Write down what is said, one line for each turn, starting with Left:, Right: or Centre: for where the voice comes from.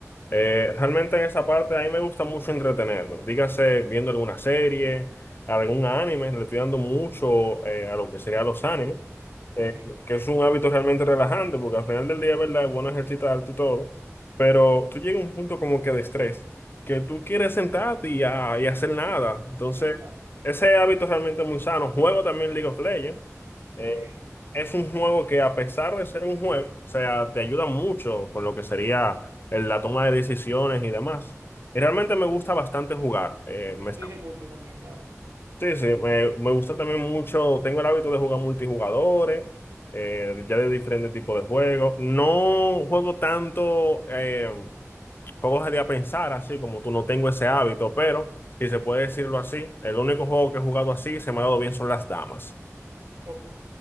Left: Eh, realmente en esa parte a mí me gusta mucho entretenerme. Dígase viendo alguna serie, algún anime, le estoy dando mucho eh, a lo que sería los animes, eh,
Right: Ok,
Left: que es un hábito realmente relajante, porque al final del día, ¿verdad? Es bueno ejercitar alto y todo, pero tú llegas a un punto como que de estrés, que tú quieres sentarte y, a- y hacer nada. Entonces,
Right: sí, claro.
Left: ese hábito realmente es muy sano. Juego también League of Legends.
Right: Bien.
Left: eh, es un juego que a pesar de ser un juego, o sea, te ayuda mucho con lo que sería el- la toma de decisiones y demás. Y realmente me gusta bastante jugar. eh, me
Right: Exige
Left: está-
Right: mucho también, claro.
Left: sí, sí, me, me gusta también mucho, tengo el hábito de jugar multijugadores, eh, ya de diferentes tipos de juegos. No juego tanto eh, juegos de a pensar, así como tú, no tengo ese hábito, pero si se puede decirlo así, el único juego que he jugado así y se me ha dado bien son las damas
Right: Ok,